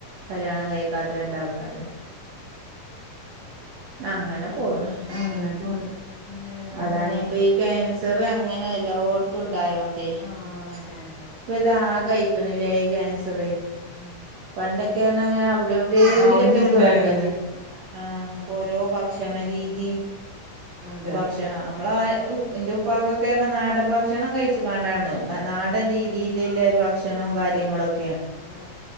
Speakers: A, on the right; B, on the right.
A: കല്യാണം കയ്ക്കാത്ത രണ്ടാൾക്കാര്ണ്ട്. അങ്ങനെ പോണ്
B: അങ്ങനെ പോണു വേറെന്താ
A: അതാണ് ഈ ഇപ്പ കേൻസ. സർ അങ്ങനെ എല്ലോട്ത്തും ഉണ്ടായോണ്ടേ.
B: ആഹ് അതെ അതെ.
A: ഇപ്പൊ ഇത് ആകെ ആയിക്കണില്ലേ ഈ ക്യാൻസറേ
B: ഉം
A: പണ്ടൊക്കെ അങ്ങനെ അവിടെ എവിടെങ്കിലും
B: ആ ഒന്നും
A: ഒക്കെ
B: ഉണ്ടായില്ല
A: കേൾക്കാ ചെയ്യു നേ ആഹ
B: ആ
A: ഓരോ ഭക്ഷണ രീതിയും
B: അതെ
A: ഭക്ഷണം നമ്മളെ എന്റെ ഉപ്പക്കൊക്കെ നാടൻ ഭക്ഷണം കഴിച്ചു കണ്ടാണ് നാടൻ രീതി ഭക്ഷണവു കാര്യങ്ങളോക്കെ
B: ആ